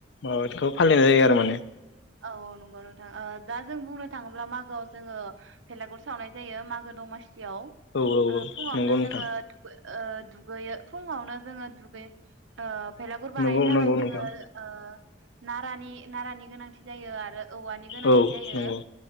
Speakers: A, on the left (about 65°); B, on the right (about 80°).
A: माबादिखौ फालिनाय जायो आरो माने
B: औ औ नंगौ नोंथां ओ दा जों बुंनो थाङोब्ला मागोआव जोङो भेलागर सावनाय जायो मागो दमासि जेराव
A: औ औ
B: फुङावनो
A: नंगौ
B: जोङो
A: नोंथां
B: दुगै ओ दुगैयो फुङावनो जोङो दुगैयो ओ बेलागर बानायनो
A: नंगौ
B: थाखाय
A: नंगौ
B: जोङो
A: नोंथां
B: ओ नारानि नारानि गोनांथि जायो आरो औवानि गोनांथि
A: औ
B: जायो
A: नंगौ